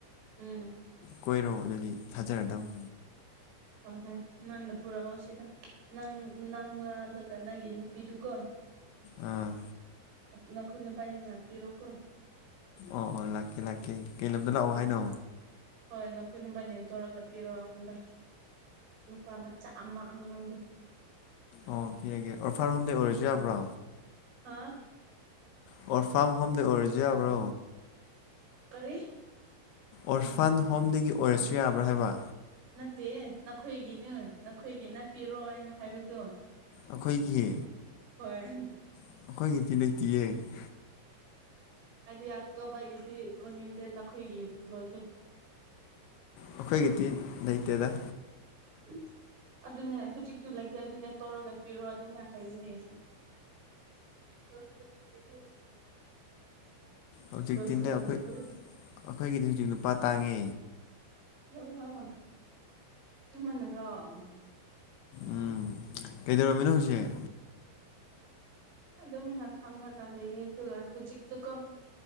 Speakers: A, on the right; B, on the left.
A: ꯎꯝ
B: ꯀꯣꯏꯔꯣ ꯑꯗꯨꯗꯤ ꯊꯥꯖꯔꯗꯧꯅꯤ
A: ꯍꯣꯏ ꯍꯣꯏ ꯅꯪꯅ ꯄꯨꯔꯛꯑꯣ ꯁꯤꯗ ꯅꯪ ꯅꯪꯒ ꯑꯗꯨꯒ ꯅꯪꯒꯤ ꯅꯨꯄꯤꯗꯨꯀꯣ
B: ꯑ
A: ꯅꯈꯣꯏ ꯅꯨꯄꯥꯥꯏꯅꯤ ꯂꯥꯛꯄꯤꯔꯣ ꯀꯣ
B: ꯑꯣ ꯑꯣ ꯂꯥꯛꯀꯦ ꯂꯥꯛꯀꯦ ꯀꯩ ꯂꯝꯗ ꯂꯥꯛꯑꯣ
A: ꯎꯝ
B: ꯍꯥꯏꯅꯣ
A: ꯍꯣꯏ ꯅꯈꯣꯏ ꯅꯕꯥꯏꯅꯦ ꯇꯧꯔꯒ ꯄꯤꯔꯣ ꯑꯩꯉꯣꯟꯗ ꯅꯨꯄꯥ ꯃꯆꯥ ꯑꯃ ꯑꯉꯥꯡꯗꯣ
B: ꯑꯣ ꯄꯤꯒꯦ ꯑꯣꯔꯐꯔ ꯍꯣꯝꯗꯤ ꯑꯣꯏꯔꯁꯨ ꯌꯥꯕ꯭ꯔꯣ
A: ꯍꯥꯥ
B: ꯑꯣꯔꯐꯥꯝ ꯍꯣꯝꯗ ꯑꯣꯏꯔꯁꯨ ꯌꯥꯕ꯭ꯔꯣ
A: ꯀꯔꯤ
B: ꯑꯣꯔꯐꯥꯟ ꯍꯣꯝꯗꯒꯤ ꯑꯣꯏꯔꯁꯨ ꯌꯥꯕ꯭ꯔꯥ ꯍꯥꯏꯕ
A: ꯅꯠꯇꯦ ꯅꯈꯣꯏꯒꯤꯅꯦ ꯅꯈꯣꯏꯒꯤ ꯅꯠꯄꯤꯔꯣ ꯍꯥꯏꯅ ꯍꯥꯏꯕꯗꯨ
B: ꯑꯩꯈꯣꯏꯒꯤ
A: ꯍꯣꯏꯦ
B: ꯑꯩꯈꯣꯏꯒꯤꯗꯤ <unintelligible>
A: ꯍꯥꯏꯗꯤ ꯑꯇꯣꯞꯄꯒꯤꯗꯤ ꯂꯣꯏꯅꯤꯡꯗꯦ ꯅꯈꯣꯏꯒꯤ ꯂꯧꯒꯦ
B: ꯑꯩꯈꯣꯏꯒꯤꯗꯤ ꯂꯩꯇꯦꯗ
A: ꯎꯝ ꯑꯗꯨꯅꯦ ꯍꯧꯖꯤꯛꯇꯨ ꯂꯩꯇꯦ ꯑꯗꯨꯅꯦ ꯇꯧꯔꯒ ꯄꯤꯔꯣ ꯑꯗꯨꯝ ꯍꯩꯔꯅꯤ <unintelligible>
B: ꯍꯧꯖꯤꯛꯇꯤꯅꯦ
A: ꯕ꯭ꯔꯥꯖꯤꯜ
B: ꯑꯩꯈꯣꯏ
A: ꯃꯈꯣꯏ
B: ꯑꯩꯈꯣꯏꯒꯤꯗꯤ ꯍꯧꯖꯤꯛ ꯅꯨꯄꯥ ꯇꯥꯡꯉꯦ
A: <unintelligible>
B: ꯎꯝ ꯀꯩꯗꯧꯔꯝꯃꯤꯅꯣ ꯍꯧꯖꯤꯛ
A: ꯑꯗꯨꯝꯅ ꯐꯝꯃꯒ ꯂꯩꯌꯦ ꯑꯗꯨꯒ ꯍꯧꯖꯤꯛ ꯇꯨꯀꯣ